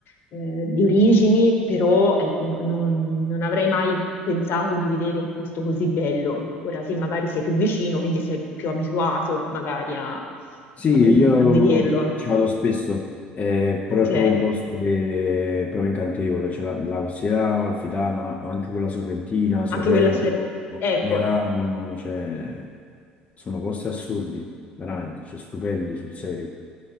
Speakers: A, on the left; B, on the left.
A: eh, di origini, però ecco, n- non, non avrei mai pensato di vedere un posto così bello. Ora, se magari sei più vicino, quindi sei più abituato magari a
B: Sì,
A: a ve-
B: io
A: a vederlo.
B: ci vado spesso, eh, però
A: Ok.
B: è proprio un posto che è proprio incantevole, c'è la, la costiera amalfitana, ma anche quella sorrentina, Sorrento,
A: Anche quella ser- Ecco,
B: Nerano, cioè, sono posti assurdi, veramente, cioè, stupendi sul serio.